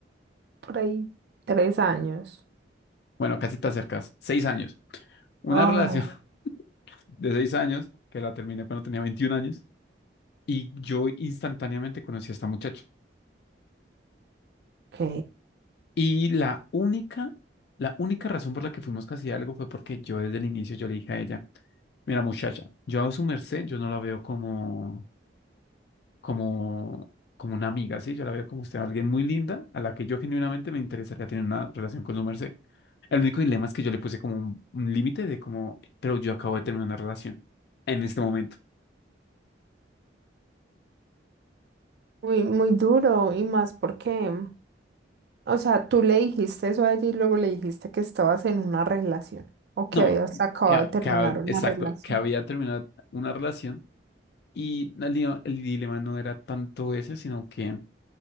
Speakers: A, on the right; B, on the left.
A: por ahí tres años.
B: Bueno, casi te acercas, 6 años. Una
A: Ay,
B: relación <laughs> de 6 años, que la terminé cuando tenía 21 años, y yo instantáneamente conocí a esta muchacha.
A: ok,
B: Y la única, la única razón por la que fuimos casi algo fue porque yo desde el inicio yo le dije a ella, mira muchacha, yo a su merced, yo no la veo como, como, como una amiga, ¿sí? Yo la veo como usted, alguien muy linda a la que yo genuinamente me interesaría tener una relación con su merced. El único dilema es que yo le puse como un, un límite de como, pero yo acabo de terminar una relación en este momento.
A: muy, muy duro y más porque O sea, tú le dijiste eso a ella y luego le dijiste que estabas en una relación o que
B: No,
A: habías acabado
B: que, ha-
A: de terminar
B: que ha-
A: una
B: exacto,
A: relación.
B: que había terminado una relación y el, di- el dilema no era tanto ese, sino que...